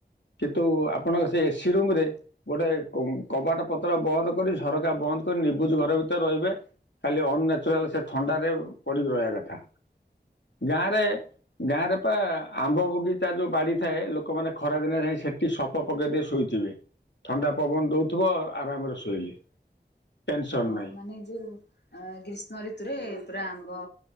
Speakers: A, on the left; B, on the left.
A: କିନ୍ତୁ ଆପଣଙ୍କ ସେ ଏସି ରୁମ ରେ ଗୋଟେ କବାଟ ପତ୍ର ବନ୍ଦ କରି ଝରକା ବନ୍ଦ କରି ନିବୁଜ ଘର ଭି ତରେ ରହିବେ ଖାଲି ଅନନ୍ୟଚୁରାଲ ସେ ଥଣ୍ଡାରେ ପଡିକି ରହିବା କଥା ଗାଁରେ ଗାଁରେ ପା ଆମ୍ବ ବଗିଚା ଯୋଉ ବାଡି ଥାଏ ଲୋକମାନେ ଖରା ଦିନେ ଯାଇ ସେଠି ସପ ପକେଇ ଦେଇ ଶୋଇଥିବେ ଥଣ୍ଡା ପବନ ଦଉଥିବ ଆରାମରେ ଶୋଇଲେ। ଟେନସନ୍
B: ହଁ
A: ନାଇଁ
B: ମାନେ ଯୋଉ ଗ୍ରୀଷ୍ମ ଋତୁରେ ପୁରା ଆମ୍ବ